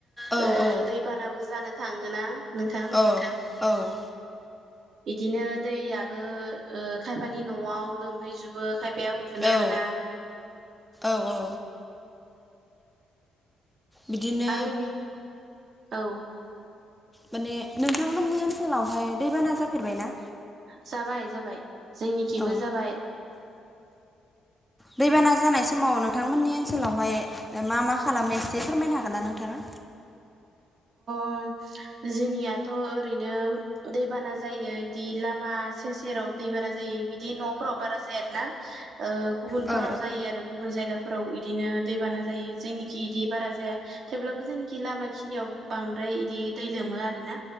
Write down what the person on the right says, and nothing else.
ओ
दैबानाबो जानो थाङोना नोंथां।
बिदिनो दैयाबो ओ खायफानि न'आव लोमहैजोबो खायफा बेयाव उन्दुनो
मोना।
आरो बि औ
जाबाय जाबाय जोंनिखिबो
जाबाय
अ जोंनियाथ' ओरैनो दैबाना जायो इदि लामा सेर सेराव दै बारा जायो बिदि न'फोराव बारा जाया आरोनाओ गुबुनफोराव
जायो आरो गुब जायगा फोराव इदिनो दै बाना जायो जोंनिखि इदि बारा जाया थेवब्लाबो जोंनिखि लामा खिनियाव बांद्राय इदि दै लोमो आरो ना